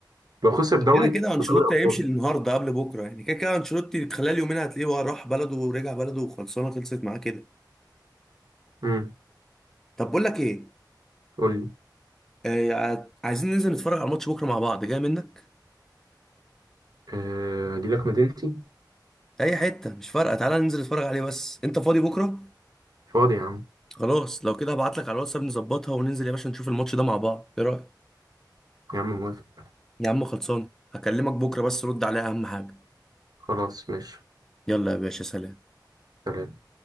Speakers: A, on the right; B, in the centre.
A: لو خسر دوري
B: كده كده انشيلوتي
A: ودوري ابطال
B: هيمشي النهارده قبل بكره يعني كده كده انشيلوتي خلال يومين هتلاقيه هو راح بلده ورجع بلده وخلصانه خلصت معاه كده
A: امم
B: طب بقول لك ايه
A: قول لي
B: آه ع- عايزين ننزل نتفرج على الماتش بكره مع بعض جاي منك
A: آه، اجي لك مدينتي
B: اي حته مش فارقه تعالى ننزل نتفرج عليه بس انت فاضي بكره
A: فاضي يا عم
B: خلاص لو كده هبعت لك على الواتساب نظبطها وننزل يا باشا نشوف الماتش ده مع بعض ايه رايك
A: يا عم موافق
B: يا عم خلصان هكلمك بكره بس رد عليها اهم حاجه
A: خلاص ماشي
B: يلا يا باشا سلام
A: سلام